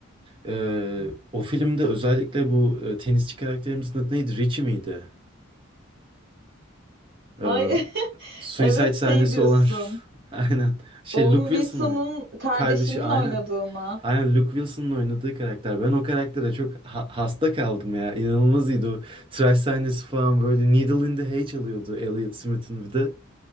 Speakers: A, on the right; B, on the right.
A: e, o filmde özellikle bu e, tenisçi karakterimizin adı neydi? Richie miydi? E,
B: Ay <laughs>
A: suicide
B: evet şey
A: sahnesi
B: diyorsun.
A: olan <laughs> aynen. Şey
B: Owen
A: Luke Wilson
B: Wilson'ın
A: oynadı.
B: kardeşinin
A: Kardeşi aynen.
B: oynadığı mı?
A: Aynen Luke Wilson'ın oynadığı karakter. Ben o karaktere çok ha- hasta kaldım ya. İnanılmaz iyiydi o. Tıraş sahnesi falan böyle Needle in the Hay çalıyordu Elliot Smith'in bir de.